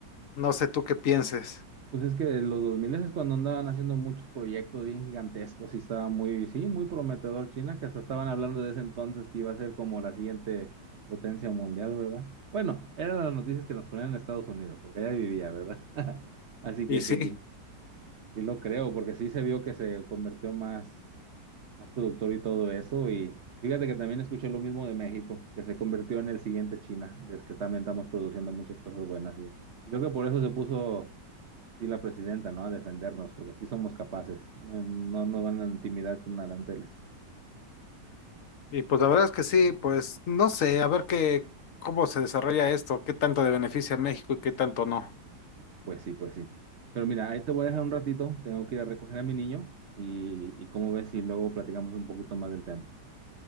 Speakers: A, on the left (about 60°); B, on the right (about 50°).
A: No sé tú qué pienses.
B: Pues es que los 2000 es cuando andaban haciendo muchos proyectos bien gigantescos y estaba muy, sí, muy prometedor China, que hasta estaban hablando de ese entonces que iba a ser como la siguiente potencia mundial, ¿verdad? Bueno, eran las noticias que nos ponían en Estados Unidos, porque allá vivía, ¿verdad? <laughs> Así que
A: Y sí,
B: sí, sí lo creo, porque sí se vio que se convirtió más más productor y todo eso. Y fíjate que también escuché lo mismo de México, que se convirtió en el siguiente China, desde que también estamos produciendo muchas cosas buenas. Y, y creo que por eso se puso, sí, la presidenta, ¿no? A defendernos, porque sí somos capaces. No, no nos van a intimidar con aranceles.
A: y pues la verdad es que sí, pues no sé, a ver qué, cómo se desarrolla esto, qué tanto le beneficia a México y qué tanto no.
B: Pues sí, pues sí. Pero mira, ahí te voy a dejar un ratito, tengo que ir a recoger a mi niño y, y cómo ves si luego platicamos un poquito más del tema.